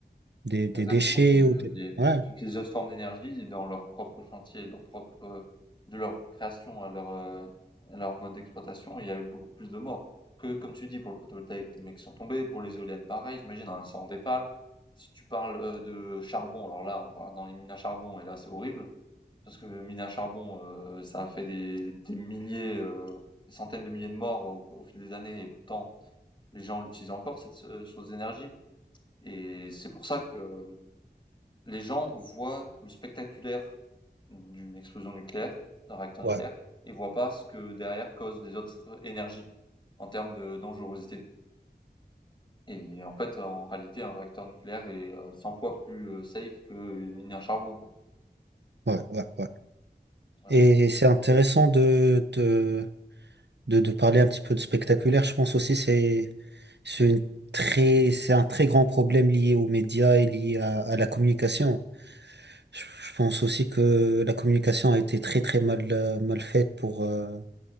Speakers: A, on the right; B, on the left.
A: des, des
B: exactement,
A: déchets
B: de
A: ou des...
B: des
A: Ouais,
B: toutes les autres formes d'énergie dans leur propre chantier, leur propre, heu, de leur création à leur, heu, à leur mode d'exploitation, il y a eu beaucoup plus de morts que, comme tu dis, pour le photovoltaïque, des mecs qui sont tombés, pour les éoliennes, pareil, j'imagine un incendie d'épale. Si tu parles, heu, de charbon, alors là, on part dans les mines à charbon et là, c'est horrible parce que mines à charbon, heu, ça a fait des des milliers, heu, des centaines de milliers de morts au au fil des années et pourtant les gens l'utilisent encore, cette euh, source d'énergie. Et c'est pour ça que les gens voient le spectaculaire d'une explosion nucléaire, d'un réacteur
A: ouais,
B: nucléaire, et voient pas ce que derrière cause des autres énergies en termes de dangerosité. Et en fait, en réalité, un réacteur nucléaire est euh, 100 fois plus euh, safe qu'une mine à charbon.
A: ouais, ouais, ouais.
B: Voilà.
A: Et c'est intéressant de, de, de, de parler un petit peu de spectaculaire, je pense aussi c'est c'est une très c'est un très grand problème lié aux médias et lié à, à la communication. Je, je pense aussi que la communication a été très très mal euh, mal faite pour euh,